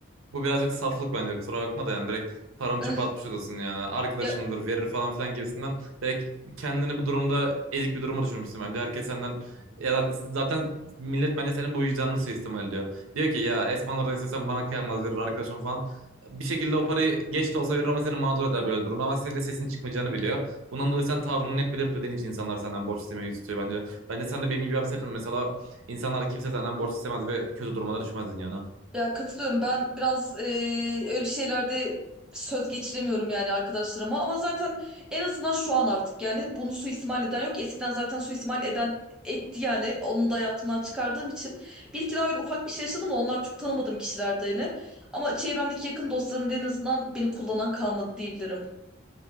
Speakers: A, on the right; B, in the centre.
A: Bu birazcık saflık bence kusura bakma da yani direkt paranı
B: <laughs>
A: çöpe atmış odasın yani. Arkadaşımdır
B: Ya
A: verir falan filan gibisinden direkt kendini bu durumda ezik bir duruma düşürmüşsün bence. Herkes senden ya da zaten millet bence senin bu vicdanını suistimal ediyor. Diyor ki ya Esmanlardan istesem bana kıyamaz verir arkadaşım falan. Bir şekilde o parayı geç de olsa verir ama seni mağdur eder böyle durumda ama senin de sesin çıkmayacağını biliyor. Bundan dolayı sen tavrını net belirtmediğin için insanlar senden borç istemeye yüz tutuyor bence. Bence sen de benim gibi yapsaydın mesela insanlar kimse senden borç istemez ve kötü durumlara düşmezdin yani.
B: Ya katılıyorum. Ben biraz eee, öyle şeylerde söz geçiremiyorum yani arkadaşlarıma. Ama zaten en azından şu an artık yani bunu suistimal eden yok. Eskiden zaten suistimal eden etti yani. Onu da hayatımdan çıkardığım için. Bir iki daha öyle ufak bir şey yaşadım da onlar çok tanımadığım kişilerdi yani. Ama çevremdeki yakın dostlarım da en azından beni kullanan kalmadı diyebilirim.